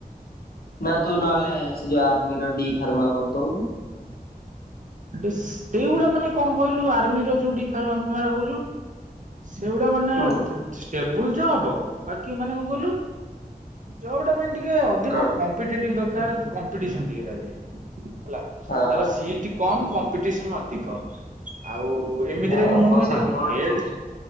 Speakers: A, on the left; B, on the right.
A: ନା ତୁ ନହେଲେ ସେ ଯୋଉ ଆର୍ମିର ଡି ଫାର୍ମା କରିଦଉନୁ।
B: ଡିସ୍କ ସେଗୁଡା ମାନେ କଣ କହିଲୁ ଆର୍ମି ର ଯୋଉ ଡି ଫାର୍ମା ଫାର୍ମା କହୁଛୁ। ସେଗୁଡା ମାନେ
A: ହୁଁ।
B: ପିଚ୍ ଟେବୁଲ ଜ ହବ ବାକି ମାନେ କଣ କହିଲୁ ଜଉଟା ପାଇଁ ଟିକେ ଅଧିକ
A: କଣ
B: କମ୍ କମ୍ପିଟିଟିଭ୍ ଦରକାର କମ୍ପିଟିସନ୍ ଟିଏ ଦାହେରେ ହେଲା।
A: ହଁ
B: ତାର ସିଏ କମ୍ କମ୍ପିଟିସନ ଅଧିକ ଆଉ ଏମିତିରେ
A: ହଁ
B: ବି ମୁଁ
A: ମୋ ସାଙ୍ଗ
B: ଦେବି
A: ଗୋଟେ
B: ହେଲଥ୍
A: କରୁଛି।